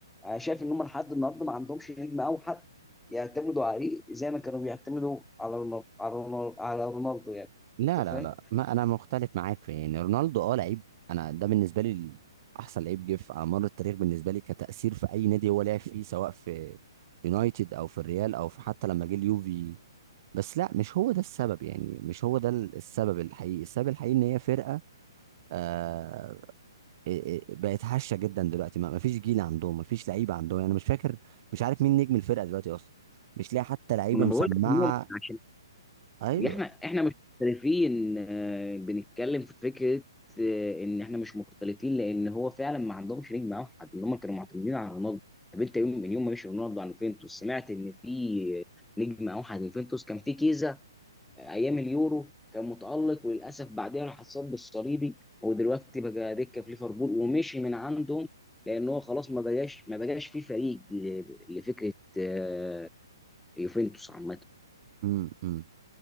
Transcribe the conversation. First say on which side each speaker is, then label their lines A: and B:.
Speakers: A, in the centre; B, on the right.
A: انا شايف ان هم لحد النهارده ما عندهمش نجم اوحد يعتمدوا عليه زي ما كانوا بيعتمدوا على رونالدو على رونالدو, على رونالدو يعني
B: لا
A: انت فاهم
B: لا لا ما انا مختلف معاك في يعني رونالدو اه لعيب انا ده بالنسبه لي ال- احسن لعيب جه في- على مر التاريخ بالنسبه لي كتاثير في اي نادي هو لعب فيه سواء في يونايتد او في الريال او في حتى لما جه اليوفي بس لا مش هو ده السبب يعني مش هو ده ال- السبب الحقيقي السبب الحقيقي ان هي فرقه آه، إيه إيه بقت هشه جدا دلوقتي ما فيش جيل عندهم ما فيش لعيبه عندهم يعني مش فاكر مش عارف مين نجم الفرقه دلوقتي اصلا مش لاقي حتى لعيبه
A: ما انا
B: مسمعه
A: بقول لك إن هم عشان
B: ايوه
A: احنا احنا مش مختلفين آه، بنتكلم في فكره آه، ان احنا مش مختلفين لان هو فعلا ما عندهمش نجم اوحد ان هم كانوا معتمدين على رونالدو طب انت يوم من يوم ما مشي رونالدو على يوفنتوس سمعت ان في نجم اوحد يوفنتوس كان في كيزا ايام اليورو كان متالق وللاسف بعدها راح اتصاب بالصليبي ودلوقتي بقى دكه في ليفربول ومشي من عندهم لان هو خلاص ما بقاش ما بقاش في فريق ل- لفكره آه، يوفنتوس عامه
B: امم أمم.